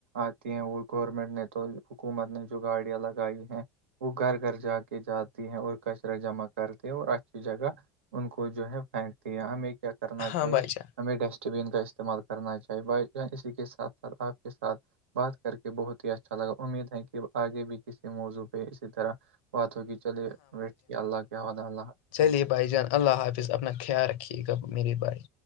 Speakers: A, on the right (about 80°); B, on the left (about 70°).
A: آتی ہیں وہ گورنمنٹ نے تو حکومت نے جو گاڑیاں لگائی ہیں وہ گھر گھر جا کے جاتی ہیں اور کچرا جمع کرتے ہیں اور اچھی جگہ ان کو جو ہے پھینکتی ہے ہمیں کیا کرنا چاہیے
B: ہاں بھائی جان
A: ہمیں ڈسٹ ٹبین کا استعمال کرنا چاہیے بھائی جان اسی کے ساتھ ساتھ آپ کے ساتھ بات کر کے بہت ہی اچھا لگا امید ہے کہ آگے بھی کسی موضوع اسی طرح بات ہوگی چلے بیٹھیے اللہ کے حوالے اللہ حافظ
B: چلے بھائی جان اللہ حافظ اپنا خیال رکھیے گا میرے بھائی